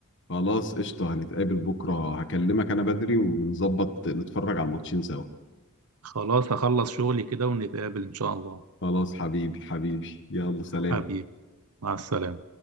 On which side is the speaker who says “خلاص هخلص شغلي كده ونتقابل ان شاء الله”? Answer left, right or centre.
Right